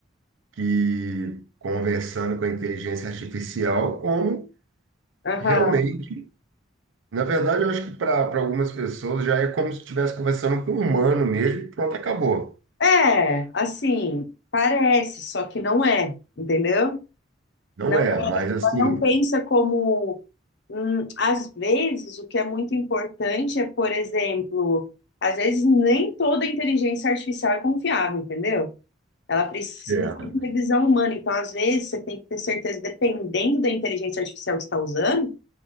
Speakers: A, on the right; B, on the left.
A: que conversando com a inteligência artificial como
B: Aham.
A: realmente, na verdade, eu acho que para algumas pessoas já é como se estivesse conversando com um humano mesmo, pronto, acabou.
B: É, assim, parece, só que não é, entendeu?
A: Não
B: Não,
A: é, mas assim,
B: ela não pensa como. hum, às vezes, o que é muito importante é, por exemplo, às vezes nem toda inteligência artificial é confiável, entendeu? Ela precisa
A: é.
B: de revisão humana. Então, às vezes, você tem que ter certeza, dependendo da inteligência artificial que você está usando,